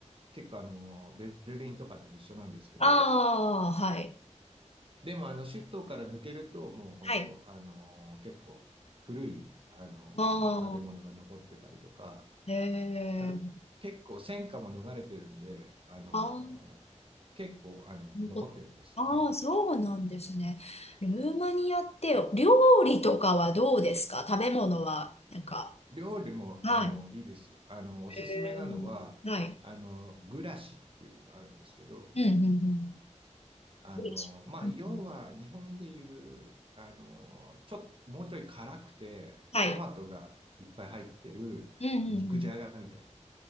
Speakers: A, on the right; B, on the left.
A: 結構あの、ベルリンとかでも一緒なんですけど、
B: <laughs> ああはい。
A: でもあの、首都から抜けると、もう本当、
B: はい。
A: あの、結構古い、あの、
B: ああ、
A: 建物が残ってたりとか、
B: へえ。
A: あと、結構戦火も逃れてるんで、あのー
B: あー
A: 結構、あの、残ってるんですよね。
B: おあー、そうなんですね。ルーマニアって、料理とかはどうですか食べ物は、なんか。
A: 料理も、
B: はい。
A: あの、いいですよ。あの、おすすめなのは、
B: へえ。はい。
A: あの、グラシっていうのがあるんですけど、
B: うん、うん、うん。
A: あの、
B: どうでしょううんうん
A: まあ、要は日本でいう、あの、ちょっと、もうちょい辛くて、
B: はい。
A: トマトがいっぱい入ってる肉じゃがみたいな。
B: うん、うん、うん。